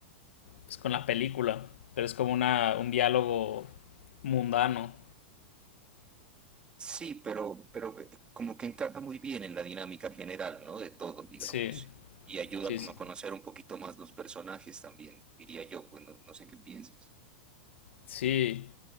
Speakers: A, on the left; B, on the right.
A: pues, con la película, pero es como una, un diálogo mundano.
B: Sí, pero, pero que- como que encaja muy bien en la dinámica general, ¿no? De todos, digamos.
A: Sí,
B: Y ayuda
A: sí,
B: como
A: sí.
B: a conocer un poquito más los personajes también, diría yo, pues no, no sé qué pienses.
A: Sí.